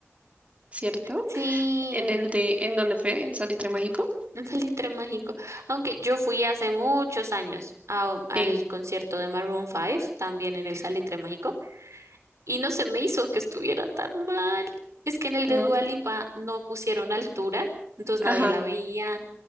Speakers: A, on the right; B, on the right.
A: ¿cierto?
B: Sí.
A: En el de, ¿en dónde fue? ¿En Salitre Mágico?
B: <laughs> Un salitre mágico. Aunque yo fui hace muchos años a- al
A: Sí,
B: concierto de Maroon 5, también en el salitre mágico, y no se me hizo que estuviera tan mal. Es que en el
A: ¿no?
B: de Dua Lipa no pusieron altura, entonces
A: Ajá.
B: nadie la veía,